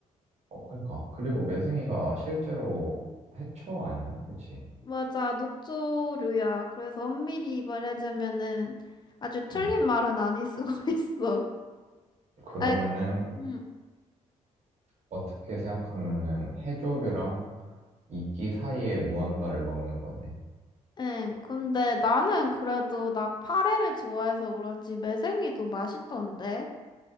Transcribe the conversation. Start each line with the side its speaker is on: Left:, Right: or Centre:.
Right: 어, 그러니까. 그리고 매생이가 실제로 해초 아니야? 그치?
Left: 맞아, 녹조류야. 그래서 엄밀히 말하자면은 아주 틀린
Right: 응.
Left: 말은 아닐 수가 <laughs> 있어.
Right: 그러면은
Left: 아이, 음,
Right: 어떻게 생각하면은 해조류랑 이끼 사이에 무언가를 먹는 거네.
Left: 응. 근데 나는 그래도 나 파래를 좋아해서 그런지 매생이도 맛있던데.